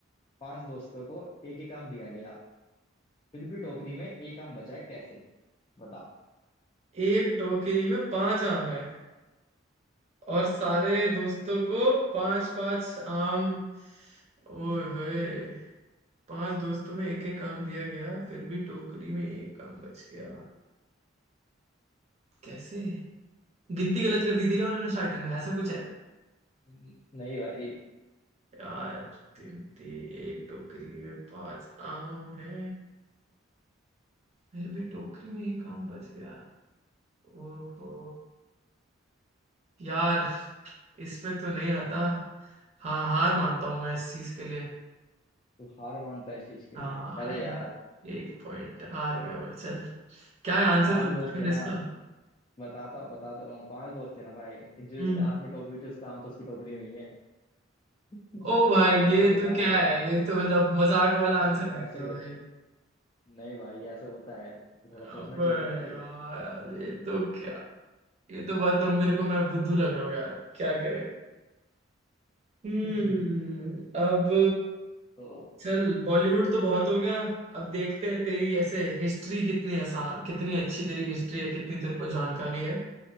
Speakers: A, on the left; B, on the right.
A: पांच दोस्तों को एक एक आम दिया गया फिर भी टोकरी में एक आम बचा है कैसे बता
B: एक टोकरी में पांच आम है
A: हाँ
B: और सारे दोस्तों को पांच पांच आम ओए होए पांच दोस्तों में एक एक आम दिया गया फिर भी टोकरी में एक आम बच गया कैसे गिनती गलत कर दी थी क्या उन्होंने स्टार्टिंग में ऐसा कुछ
A: न- नहीं भाई
B: यार तिल थी एक टोकरी में पांच आम है फिर भी टोकरी में एक आम बच गया ओहो यार इस पे तो नहीं आता हाँ हार मानता हूँ मैं इस चीज के लिए
A: तू हार मानता है इस चीज के
B: हाँ
A: लिए अरे यार
B: एक, एक पॉइंट हार गया मैं चल क्या है आंसर
A: पांच
B: तो
A: दोस्त
B: बता
A: थे
B: दे
A: ना
B: इसका
A: बताता बताता रहा हूँ पांच दोस्त थे ना भाई जो
B: हम्म
A: इसके हाथ में टोकरी थी उसका आम तो उसकी टोकरी में ही है <laughs>
B: ओ भाई
A: थोड़ा
B: ये
A: सा बेकार
B: तो क्या
A: था बट
B: है ये तो मतलब मजाक वाला आंसर
A: ऐसे
B: दे दिया
A: ही
B: भाई
A: हो- नहीं भाई ऐसा होता है तो थोड़ा
B: अब
A: सोचना चाहिए
B: यार
A: था ना तेरे को
B: ये तो क्या ये तो बात अब मेरे को मैं बुद्धू लग रहा हूँ यार क्या करे हम्म
A: <laughs>
B: अब
A: तो
B: चल बॉलीवुड तो बहुत हो गया अब देखते हैं तेरी ऐसे हिस्ट्री कितनी आसान कितनी अच्छी तेरी हिस्ट्री है कितनी तेरे को जानकारी है